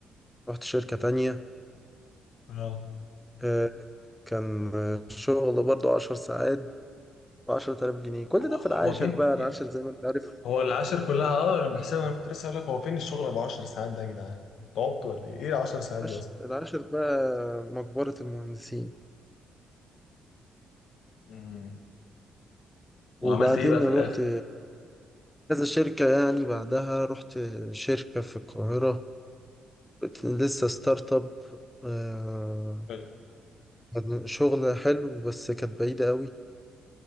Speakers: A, in the centre; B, on the left.
A: رحت شركة تانية
B: اه
A: آه، كان شغل برضو عشر ساعات بعشرة آلاف جنيه كل
B: هو
A: ده في العاشر
B: هو فين؟
A: بقى العاشر
B: في-
A: زي ما انت عارف
B: هو العشر كلها اه انا بحسبها انا كنت لسه هقول لك هو فين الشغل ابو 10 ساعات ده يا جدعان؟ تعبت ولا ايه؟ ايه 10 ساعات
A: العاشر
B: دي اصلا؟
A: العاشر بقى مقبرة المهندسين
B: مم. وعملت
A: وبعدين
B: ايه بقى في
A: رحت
B: الاخر
A: كذا شركة يعني بعدها رحت شركة في القاهرة كنت لسه ستارت اب آه،
B: حلو.
A: يعني شغل حلو بس كانت بعيدة قوي